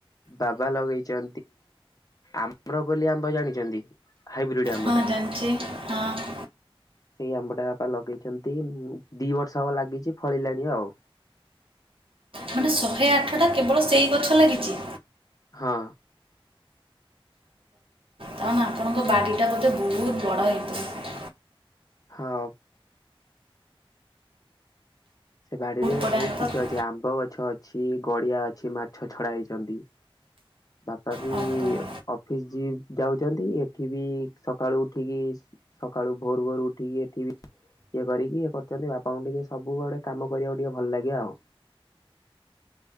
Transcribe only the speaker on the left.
ବାବା ଲଗେଇଛ ଆମ୍ବରପୋଲି ଆମ୍ବ ଜାଣିଛନ୍ତି? ହାଇବ୍ରିଡ ଆମ୍ବ
ଟା।
ସେଇ ଆମ୍ବଟା ବାପା ଲଗେଇଛନ୍ତି ଦି ବର୍ଷ ହବ ଲାଗିଛି ଫଳିଲାଣି ଆଉ।
ହଁ।
ହଁ। ସେ ବାଡିରେ
ବହୁତ
କିଛି ଅଛି ଆମ୍ବ ଗଛ ଅଛି ଅଛି ଗଡି଼ଆ ଅଛି ମାଛ ଛଡ଼ା ହେଇଛନ୍ତି। ବାପା ବି
ଅଫିସ୍ ଯାଉଛନ୍ତି ଏଠିବି ସକାଳୁ ଉଠିକି ସକାଳୁ ଭୋର ଭୋର ଉଠିକି ଏଠିବି ଇଏ କରିକି ଇଏ କରୁଛନ୍ତି ବାପା ଙ୍କୁ ଟିକେ ସବୁଆଡେ କାମ କରିବାକୁ ଟିକେ ଭଲ ଲାଗେ ଆଉ।